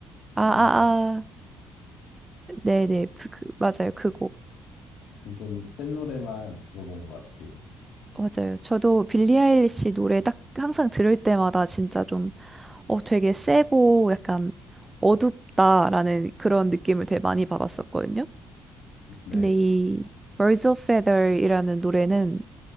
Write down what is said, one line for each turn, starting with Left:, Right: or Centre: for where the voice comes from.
Left: 아니
Right: 아, 아,
Left: 뭐
Right: 아. 네네, 그, 그- 맞아요. 그 곡.
Left: 하여튼 좀 센 노래만 들어본 것 같아요.
Right: 맞아요. 저도 빌리 아일리시 노래 딱 항상 들을 때마다 진짜 좀, 어, 되게 세고 약간 어둡다라는 그런 느낌을 되게 많이 받았었거든요.
Left: 네,
Right: 근데 이 Birds of Feather이라는 노래는